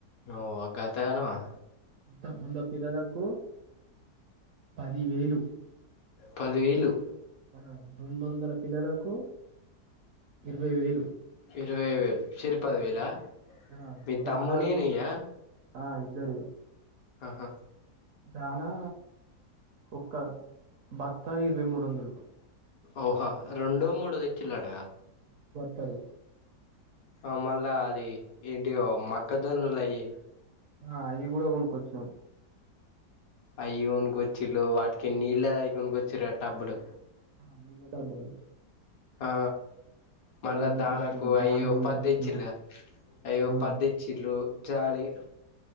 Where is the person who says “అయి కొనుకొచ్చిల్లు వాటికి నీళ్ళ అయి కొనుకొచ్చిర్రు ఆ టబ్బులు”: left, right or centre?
Left